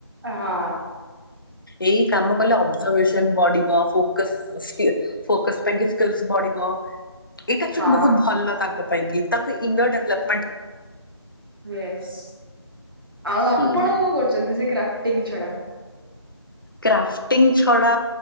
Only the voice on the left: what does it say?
ଏଇ କାମ କଲେ ଅବ୍ଜରବେସନ୍ ବଡିବ ଫୋକସ୍ ସ୍କି ଫୋକସ୍ ପାଇଁକି ସ୍କିଲସ୍ ବଡି। ବ ଏଇଟା ଆକ୍ଚୁଆଲି
ବୋହୁତ ଭଲ ତାଙ୍କ ପାଇଁକି ତାଙ୍କ ଇନର୍ ଡେଭଲପ୍
ହୁଁ
କ୍ରାଫ୍ଟିଂ ଛଡା